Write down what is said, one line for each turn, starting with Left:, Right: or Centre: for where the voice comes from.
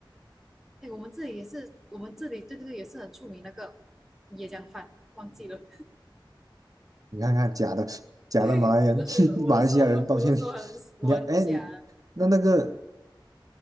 Centre: 哎，我们这里也是，我们这里对对对也是很出名那个椰浆饭，忘记了。
Right: 你看看假的假的马来人，
Centre: <laughs> 对，我就学，
Right: <laughs>
Centre: 得我的时我的时候很我很假，
Right: 马来西亚人，抱歉，你要哎，那那个